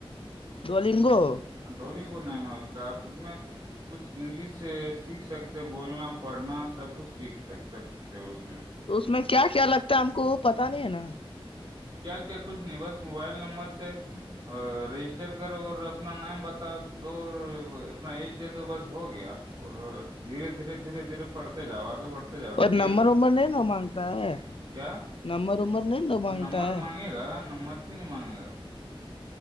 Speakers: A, on the left; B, on the right.
A: ڈولنگو
B: ڈولگ کو نم ہے اس کا اپ اس میں <unintelligible> کچھ انگلش سیکھ سکتے بولنا پڑھنا سب کچھ سیکھک سکتے اس میں
A: تو اس میں کیا کیا لگتا ہے ہم کو وہ پتا نہیں ہے نا
B: کیا کیا کچھ نہیں بس موبائل نمبرس سے رجسٹر کرو اور اپنا نام بتاؤ دو اور اپ اپنا ایج دے دو بس ہو گیا اور دھیرے دھیرے دھیرے دھیرے پڑھتے جاؤ آگے بڑھتے جاؤ
A: اور
B: یہ
A: نمر ومر نہیں ن مانگتا ہے
B: کیا
A: نمبر ومبر نہیں تو مانگتا
B: نمبر
A: ہے
B: مانگے گا نمبر کیوں نہیں مانگے گا